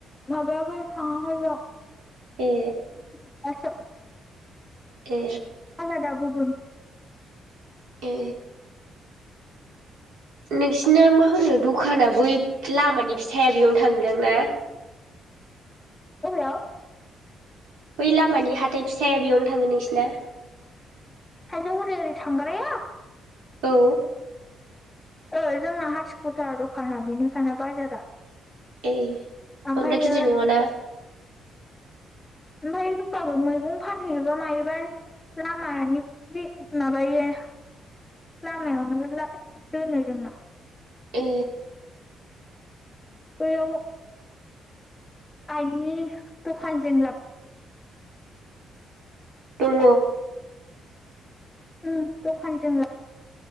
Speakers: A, on the left; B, on the right.
A: माबायाखौ थाङाखै बेयाव
B: ए
A: <unintelligible> <unintelligible>
B: ए
A: आलदादा गुबुन
B: ए नोंसिना मा होनो दखाना बै लामानि फिथाइया बेयावनो थाङोदां ना
A: अबेयाव
B: बै लामानि हाथाय फिसाया बेयावनो थाङो नोंसिना
A: थाइजौ हरै ओरै थांग्राआ
B: औ
A: ओ जोंना हाथिखुटा दखाना बेनोखाना बाजारा
B: ए
A: ओमफ्रायो
B: बांद्राय गिदिर नङाना
A: ओमफाय होनबाबो मैगं फानहैयोबा मायोबा लामानि बे माबायो लामायावनो दोनो जोंना
B: ए
A: बैयाव आइनि दखानजों लाबो
B: दङ
A: उम द'खानजों